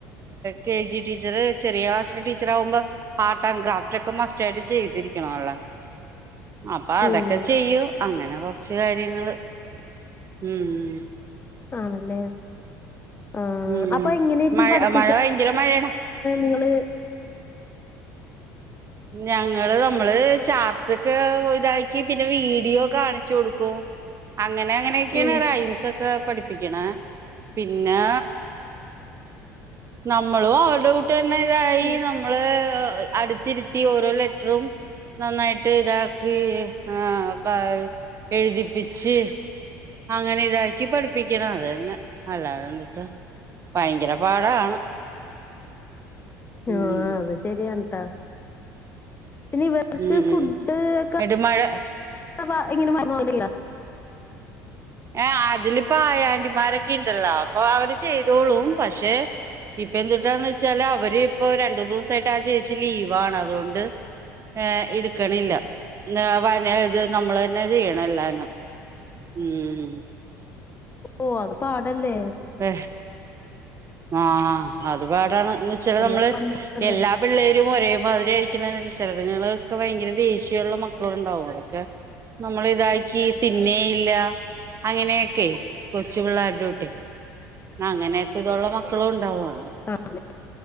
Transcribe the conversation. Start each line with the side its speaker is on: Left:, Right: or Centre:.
Right: കെ ജി ടീച്ചർ ചെറിയ ക്ലാസ് ടീച്ചർ ആകുമ്പോ ആർട്ട് ആൻഡ് ക്രാഫ്റ്റ് ഒക്കെ മസ്റ്റ് ആയിട്ട് ചെയ്തിരിക്കണ അല്ലോ അപ്പൊ അതൊക്കെ
Left: ഉം
Right: ചെയ്യും അങ്ങനെ കൊറച്ച് കാര്യങ്ങൾ ഉം
Left: ആണല്ലേ ആ
Right: ഉം
Left: അപ്പൊ എങ്ങനൊയിരിക്കും
Right: മഴ
Left: പഠിപ്പിക്ക
Right: മഴ ഭയങ്കര മഴയാണ്
Left: നിങ്ങള്
Right: ഞങ്ങള് നമ്മള് ചാർട്ടൊക്കെ ഇതാക്കി പിന്നെ വീഡിയോ കാണിച്ചു കൊടുക്കും അങ്ങനെ അങ്ങനെയൊക്കെയാണ്
Left: ഉം
Right: റയിംസെ കേ പഠിപ്പിക്കണ പിന്നെ നമ്മളും അവരുടെ കൂട്ടി തന്നെ ഇതായി
Left: ഉം
Right: നമ്മള് അടു തിരുത്തി ഓരോ ലെറ്ററും നന്നായിട്ട് ഇതാക്കി ആ പ എഴുതിപ്പിച്ച് അങ്ങനെ ഇതാക്കി പഠിപ്പിക്കണം അതന്നെ അല്ലാതണ്ടിട്ട ഭയങ്കര പാടാണ് ഉം
Left: ആ അത് ശരിയട്ടാ പിന്നെ ഇവർക്ക്
Right: ഉം
Left: ഫുഡ് ഒക്കെ
Right: എന്നിട്ട് മഴ
Left: പ ഇങ്ങനെ വന്നലില്ല
Right: ഏ അതിലിപ്പ ആയ ആൻ്റിമാരൊക്കെ ഉണ്ടല്ലോ അപ്പൊ അവര് ചെയ്തോളും പക്ഷെ ഇപ്പൊ എന്തുട്ടാന്ന് വെച്ചാല് അവര് ഇപ്പൊ രണ്ടു ദിവസായിട്ട് ആ ചേച്ചി ലീവാണ് അതുകൊണ്ട് ഏ എടുക്കണില്ല വന ഇത് നമ്മള് തന്നെ ചെയ്യണം എല്ലാനും ഉം
Left: ഓ അത് പാടല്ലേ
Right: ഹ് ആഹ അത്പാടാണ് എന്നന്ന് വച്ചാല്ൽ
Left: എല്ലാ
Right: നമ്മള്
Left: പണി എടുക്കണ്ടേ
Right: എല്ലാ പിള്ളേരും ഒരേ മാതിരി ആയിരിക്കണം ചലതങ്ങൾൊക്കെ ഭയങ്കര ദേഷ്യമുള്ള മക്കള ഉണ്ടാവും അതൊക്കെ നമ്മള ഇതാക്കാക്കി തിന്നേയില്ല അങ്ങനെയൊക്കെ കൊച്ചു പിള്ളേ അടോട്ടെ അങ്ങനെയൊക്കെ ഇതുള്ള മക്കളും ഉണ്ടാവും അതാ
Left: ആ അതെ